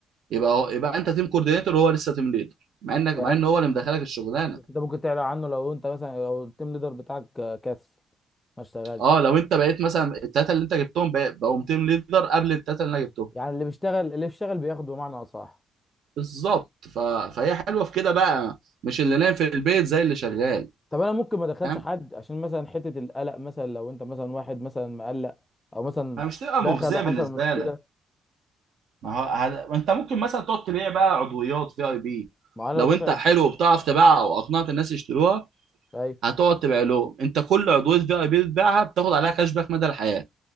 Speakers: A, on the right; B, on the left.
A: يبقى هو... يبقى انت تيم كوردينيتور وهو لسه تيم ليدر مع انك مع
B: يعني
A: ان هو اللي مدخلك الشغلانه
B: بس انت ممكن تعلى عنه لو انت مثلا لو التيم ليدر بتاعك كسل ما اشتغلش
A: اه لو انت بقيت مثلا الثلاثه اللي انت جبتهم بق- بقوا تيم ليدر قبل الثلاثه اللي انا جبتهم
B: يعني اللي بيشتغل اللي بيشتغل بياخد بمعنى اصح
A: بالظبط ف... فهي حلوه في كده بقى مش اللي نايم في البيت زي اللي شغال
B: طب انا ممكن ما ادخلش
A: فاهم
B: حد عشان مثلا حته القلق مثلا لو انت مثلا واحد مثلا مقلق او مثلا
A: فمش تبقى
B: دخل
A: مغزيه
B: وحصل
A: بالنسبه
B: مشكله
A: لك ما هو هد... انت ممكن مثلا تقعد تبيع بقى عضويات في اي بي
B: ما انا
A: لو
B: لو بعت
A: انت حلو وبتعرف تبيعها او اقنعت الناس يشتروها
B: ايوه
A: هتقعد تبيع لهم انت كل عضويه في اي بي بتبيعها بتاخد عليها كاش باك مدى الحياه